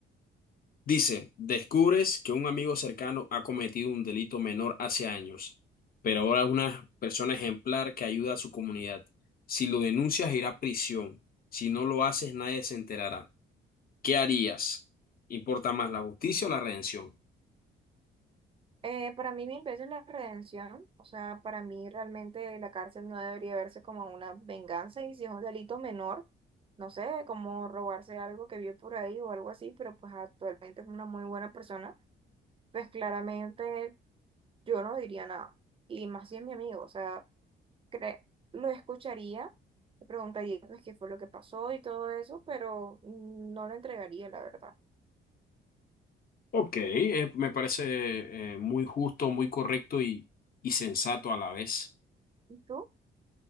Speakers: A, on the left (about 50°); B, on the right (about 25°).
A: Dice, descubres que un amigo cercano ha cometido un delito menor hace años, pero ahora es una persona ejemplar que ayuda a su comunidad. Si lo denuncias, irá a prisión. Si no lo haces, nadie se enterará. ¿Qué harías? ¿Importa más la justicia o la redención?
B: Eh, para mí mil veces la redención, o sea, para mí realmente la cárcel no debería verse como una venganza y si es un delito menor, no sé, como robarse algo que vio por ahí o algo así, pero pues actualmente es una muy buena persona, pues claramente yo no diría nada. Y más si es mi amigo, o sea, cre- lo escucharía, le preguntaría pues qué fue lo que pasó y todo eso, pero no lo entregaría, la verdad.
A: Ok, eh, me parece eh, muy justo, muy correcto y, y sensato a la vez.
B: ¿Y tú?